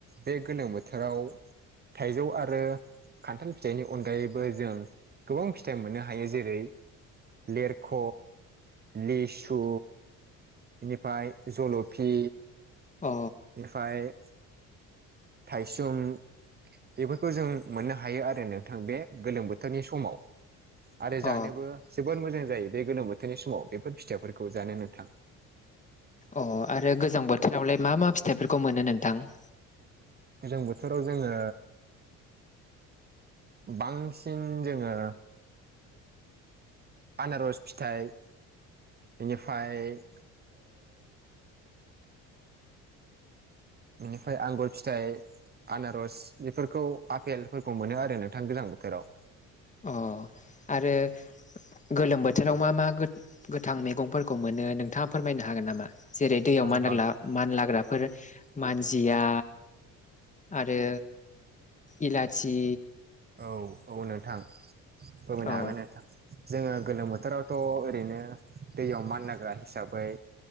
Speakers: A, on the right (about 30°); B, on the left (about 25°).
A: बे गोलोम बोथोराव थाइजौ आरो। खान्थाल फिथाइनि अनगायैबो जों गोबां फिथाइ मोननो हायो जेरै। लिरख' लिसु। बेनिफ्राय जल'फि।
B: अ।
A: बेनिफ्राय थाइसुं। बेफोरखौ जों मोननो हायो आरो नोंथां बे गोलोम बोथोरनि समाव। आरो जानोबो
B: अ
A: जोबोोर मोजां जायो बे गोलोम बोथोरनि समाव बेफोर फिथाइफोरखौ जानो नोंथां।
B: अ आरो गोजां बोथोरावलाय मा मा फिथाइफोरखौ मोनो नोंथां।
A: गोजां बोथोराव जोङो बांसिन जोङो। आनारस फिथाइ बेनिफ्राय। बेनिफ्राय आंगुर फिथाइ। आनारस बेफोरखौ आफपेलफोरखौ मोनो आरो नोंथां गोज्लां बोथोराव।
B: अ आरो। गोलोम बोथोराव मा मा गोथां मैगंफोरखौ मोनो नोंथाङा फोरमायनो हागोन नामा। जेरै दैयाव
A: औ
B: मान
A: हाग
B: नाग्ला। मानलाग्राफोर मानजिया आरो। इलाायचि।
A: औ औ नोंथां फोरमैनो
B: अ
A: हागोन नोंथां। जोङो गोलोम बोथोरावथ' ओरैनो दैयाव मानलाग्रा हिसाबै।